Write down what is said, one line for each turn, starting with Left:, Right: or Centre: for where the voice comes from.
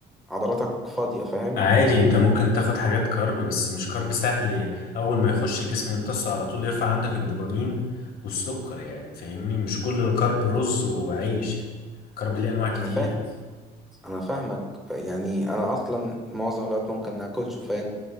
Centre: عضلاتك فاضية فاهم
Left: عادي انت ممكن تاخد حاجات كارب بس مش كارب سهل يعني. اول ما يخش الجسم يمتصه على طول يرفع عندك الدوبامين والسكر يعني فاهمني مش كل الكارب رز وعيش يعني كارب ليه انواع كتير
Centre: انا فاهم انا فاهمك يعني انا اصلا معظم الوقت ممكن اكل شوفان